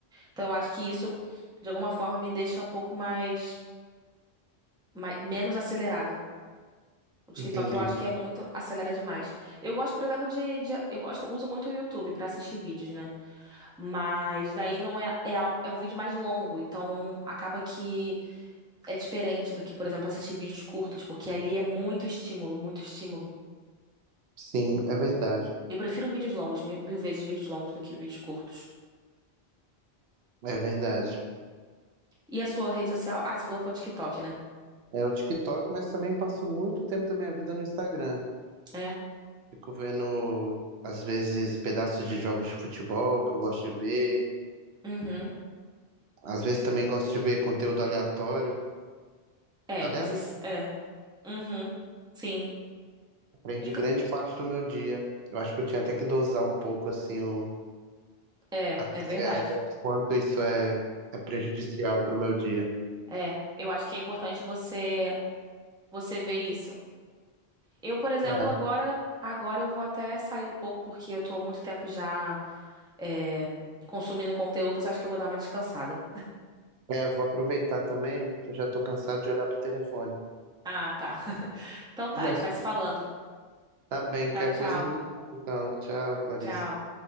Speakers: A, in the centre; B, on the right (about 70°).
A: Então, eu acho que isso, de alguma forma, me deixa um pouco mais, mais menos acelerada. O TikTok
B: Entendi.
A: eu acho que é muito acelera demais. Eu gosto, por exemplo, de, de- eu gosto, uso muito o YouTube pra assistir vídeos, né? Mas daí não é é, algo, é um vídeo mais longo, então acaba que é diferente do que, por exemplo, assistir vídeos curtos, porque ali é muito estímulo, muito estímulo.
B: Sim, é verdade.
A: Eu prefiro vídeos longos, mil, mil vezes vídeos longos do que vídeos curtos.
B: É verdade.
A: E a sua rede social? Ah, você falou que é o TikTok, né?
B: É o TikTok, mas também passo muito tempo da minha vida no Instagram.
A: É.
B: Fico vendo, às vezes, pedaços de jogos de futebol que eu gosto de ver.
A: Uhum.
B: Às vezes também gosto de ver conteúdo aleatório.
A: É,
B: Aleatório
A: mas isso. É. Uhum. Sim.
B: prende
A: Inclu-
B: grande parte do meu dia. Eu acho que eu tinha até que dosar um pouco, assim, o,
A: É,
B: até,
A: é verdade.
B: até quanto isso é, é prejudicial para o meu dia.
A: É. Eu acho que é importante você você ver isso. Eu, por exemplo,
B: É,
A: agora. Agora eu vou até sair um pouco, porque eu tô há muito tempo já é, consumindo conteúdos, acho que eu vou dar uma descansada.
B: É, vou aproveitar também, que eu já estou cansado de olhar pro telefone.
A: Ah, tá. <laughs> Então tá,
B: <laughs>
A: a gente vai se falando.
B: Tá bem, qualquer
A: Tchau, tchau.
B: coisa a gente fala então. Tchau, Clarissa.
A: Tchau.